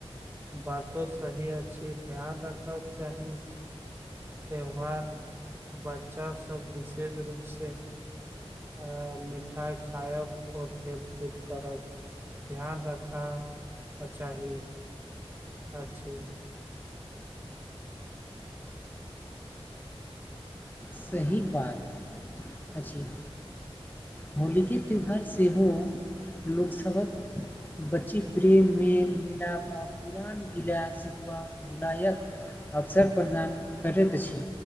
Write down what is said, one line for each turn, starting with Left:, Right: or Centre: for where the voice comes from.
Right: बातो सही अछी ध्यान रखब चाही त्यौहार बच्चा सब विशेद रूप से अ मिठाइ खायब ओर खेल कूद करब ध्यान रखा चाही अछि
Left: सही बात अछि होली की त्यौहार सेहो लोक सभ बच्ची प्रेम मेन मिलाप आ पुरान गिला सिखबा भुलायत अवसर प्रनाम करैत अछि